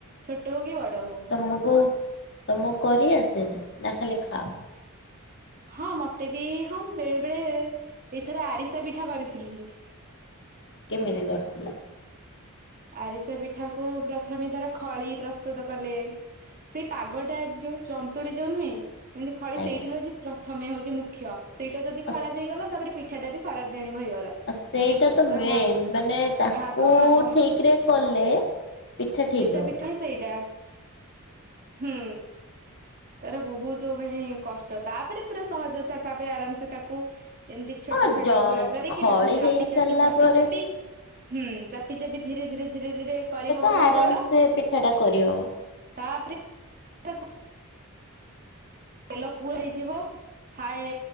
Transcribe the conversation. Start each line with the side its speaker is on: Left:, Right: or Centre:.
Right: ଛୋଟ ହଉ, କି ବଡ ହଉ।
Left: ମୁ କୋଉ ତମ କୁ କରି ଆସେ, ନା ଖାଲି ଖାଅ?
Right: ହଁ ମତେ ବି ହଁ ବେଳେ ବେଳେ ଏଇଥର ଆରିସା ପିଠା କରିଥିଲି।
Left: କେମିତି କରିଥିଲ?
Right: ଆରିସା ପିଠା କୁ ପ୍ରଥମେ, ତାର ଖଳି ପ୍ରସ୍ତୁତ କଲେ ସେଇ ପାଗ ଟା, ଯୋଉ ଚନ୍ତୁଳି ଯୋଉ ନୁହେଁ। ଏମତି ଖଳି ସେଇଟା
Left: ଆଜ୍ଞା
Right: ହଉଛି ପ୍ରଥମେ ହଉଛି ମୁଖ୍ୟ, ସେଇଟା ଯଦି ଖରାପ
Left: ଅସ୍
Right: ହେଇଗଲା ତାପରେ ପିଠ ସେଟା ବି ଖରାପ ଜାଣିବ ହେଇଗଲା।
Left: ସେଇଟା ତ
Right: ତାର
Left: ମେନ୍,
Right: ଭାଗ
Left: ମାନେ ତାକୁ
Right: ଭାଗ ମାପ
Left: ଠିକ ରେ କଲେ ପିଠା ଠିକ
Right: ଆରିଶାପିଠା
Left: ହବ
Right: ସେଇଟା, ହୁଁ! ତାର ବହୁତ ମାନେ କଷ୍ଟ, ତାପରେ ପୁରା ସହଜ ତାପରେ ଆରାମସେ ତାକୁ ଏମିତି ଛୋଟ-ଛୋଟ
Left: ହଁ ହଁ ଜ
Right: ଗୁଳା କରିକି,
Left: ଖଳି
Right: ତାକୁ ଚାପି-ଚାପି-ଚାପି-
Left: ହେଇସାରିଲା ପରେ
Right: ଚାପି, ହୁଁ ଚା ଚାପି ବି ଧୀରେ-ଧୀରେ-ଧୀରେ-ଧୀରେ କରିବ ଗୋଲ
Left: ଆରାମସେ
Right: ଗୋଲ
Left: ପିଠା ଟା କରି ହବ।
Right: ତାପରେ ତାକୁ ତେଲ ପୁ ହେଇଯିବ ହାଏ